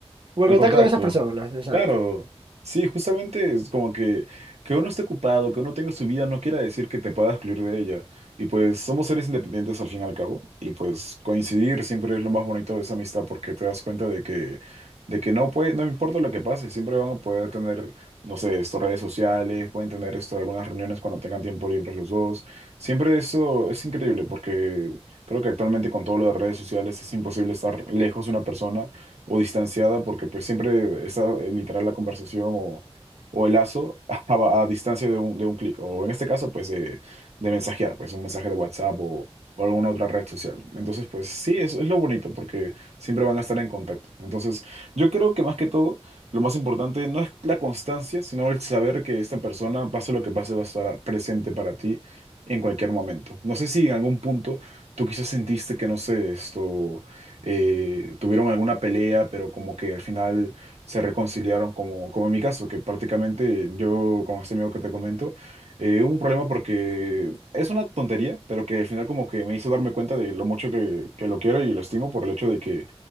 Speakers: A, on the right (about 50°); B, on the right (about 80°).
A: como
B: El
A: el contacto
B: contacto.
A: con esas personas, exacto.
B: Claro. Sí, justamente es como que que uno esté ocupado, que uno tenga su vida, no quiera decir que te pueda excluir de ella. Y pues somos seres independientes al fin y al cabo. Y pues coincidir siempre es lo más bonito de esa amistad porque te das cuenta de que, de que no puede, no importa lo que pase, siempre van a poder tener, no sé, esto, redes sociales, pueden tener esto, algunas reuniones cuando tengan tiempo libre los dos. Siempre eso es increíble porque creo que actualmente con todo lo de redes sociales es imposible estar lejos de una persona o distanciada, porque pues siempre está eh, literal la conversación o, o el lazo <laughs> a, a distancia de un, de un clic, o en este caso pues de, de mensajear, pues un mensaje de WhatsApp o, o alguna otra red social. Entonces pues sí, es, es lo bonito, porque siempre van a estar en contacto. Entonces yo creo que más que todo, lo más importante no es la constancia, sino el saber que esta persona, pase lo que pase, va a estar presente para ti en cualquier momento. No sé si en algún punto tú quizás sentiste que, no sé, esto eh, tuvieron alguna pelea, pero como que al final se reconciliaron, como, como en mi caso, que prácticamente yo con este amigo que te comento, eh, hubo un problema porque es una tontería, pero que al final como que me hizo darme cuenta de lo mucho que, que lo quiero y lo estimo por el hecho de que